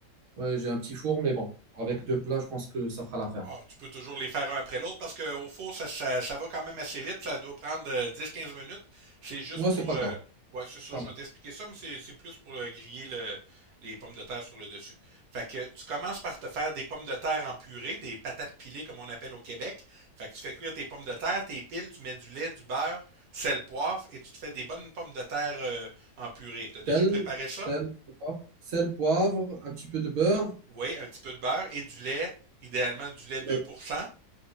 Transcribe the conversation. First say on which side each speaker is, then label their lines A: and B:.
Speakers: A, on the right; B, on the right.
A: Ouais, j'ai un petit four, mais bon, avec deux plats, je pense que ça fera l'affaire.
B: Ah, tu peux toujours les faire un après l'autre parce qu'au four, ça, ça, ça va quand même assez vite. Ça doit prendre euh, 10-15 minutes. C'est juste
A: Ouais,
B: pour.
A: c'est pas
B: euh,
A: grave.
B: ouais, c'est ça,
A: Ça
B: je
A: marche.
B: vais t'expliquer ça, mais c'est c'est plus pour euh, griller le- les pommes de terre sur le dessus. Fait que tu commences par te faire des pommes de terre en purée, des patates pilées comme on appelle au Québec. Fait que tu fais cuire tes pommes de terre, tes piles, tu mets du lait, du beurre, sel, poivre et tu te fais des bonnes pommes de terre euh, en purée. T'as déjà
A: Sel,
B: préparé ça?
A: sel, poivre, sel, poivre, un petit peu de beurre,
B: Oui, un petit peu de beurre et du lait, idéalement du lait
A: lait,
B: 2%.